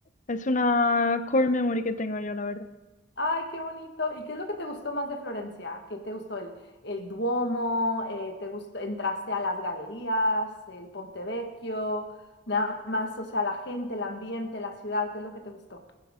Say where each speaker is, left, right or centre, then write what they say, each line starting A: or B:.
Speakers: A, on the left; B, on the left.
A: Es una core memory que tengo yo, la verdad.
B: Ay, qué bonito. ¿Y qué es lo que te gustó más de Florencia? ¿Qué te gustó el, el Duomo? Eh, ¿te gustó, entraste a las galerías, el Ponte Vecchio? Nada más, o sea, la gente, el ambiente, la ciudad, ¿qué es lo que te gustó?